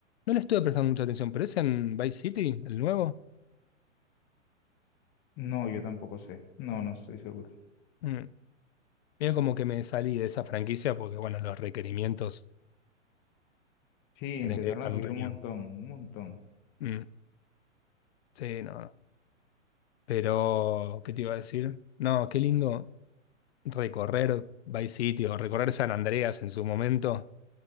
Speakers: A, on the left; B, on the left.
A: no le estuve prestando mucha atención, pero es en Vice City, el nuevo.
B: No, yo tampoco sé, no, no estoy seguro.
A: Mm. Mira como que me salí de esa franquicia porque, bueno, los requerimientos
B: Sí,
A: Tenés
B: empezaron
A: que dejar
B: a subir
A: un riñón.
B: un montón, un montón.
A: Mm, sí, no, no. Pero, ¿qué te iba a decir? No, qué lindo recorrer Vice City o recorrer San Andreas en su momento.